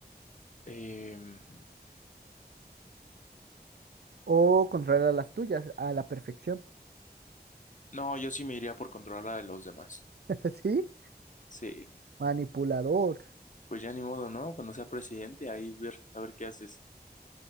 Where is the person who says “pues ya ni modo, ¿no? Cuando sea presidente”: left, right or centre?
Left